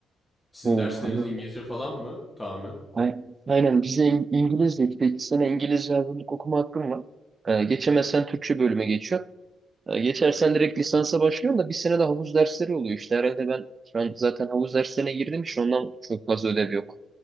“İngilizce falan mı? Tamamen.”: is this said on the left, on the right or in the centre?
Left